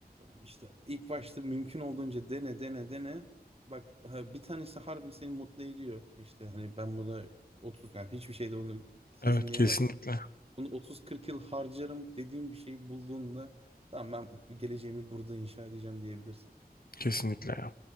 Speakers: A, on the right; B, on the left.
A: işte ilk başta mümkün olduğunca dene dene dene. Bak ha, bir tanesi harbi seni mutlu ediyor. İşte hani ben buna 30 yani hiçbir şeyde onu kesin
B: Evet
A: diyemezsin.
B: kesinlikle.
A: Bunu 30-40 yıl harcarım dediğim bir şeyi bulduğunda tamam ben geleceğimi burada inşa edeceğim diyebilirsin.
B: Kesinlikle ya.